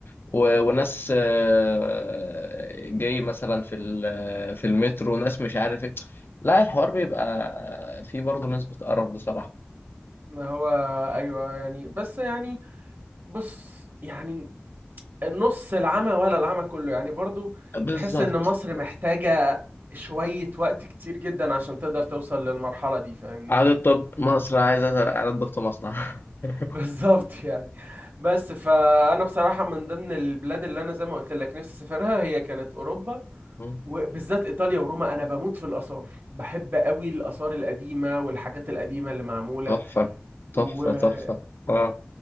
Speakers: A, on the left (about 55°); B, on the right (about 55°).
A: و- وناس آه، جاي مثلا في ال- في المترو ناس مش عارف ايه لا الحوار بيبقى فيه برضه نسبة قرف بصراحة
B: ما هو ايوه يعني بس يعني بص يعني النص العمى ولا العمى كله يعني برضو
A: بالظبط
B: تحس ان مصر محتاجة شوية وقت كتير جدا عشان تقدر توصل للمرحلة دي فاهمني
A: عدد طب مصر عايزة عدد ضبط مصنع
B: <laughs>
A: <laughs>
B: بالظبط يعني بس فأنا بصراحة من ضمن البلاد اللي أنا زي ما قلت لك نفسي أسافرها هي كانت أوروبا
A: مم.
B: وبالذات إيطاليا وروما أنا بموت في الآثار بحب قوي الآثار القديمة والحاجات القديمة اللي معمولة
A: تحفة تحفة
B: وبجد
A: تحفة اه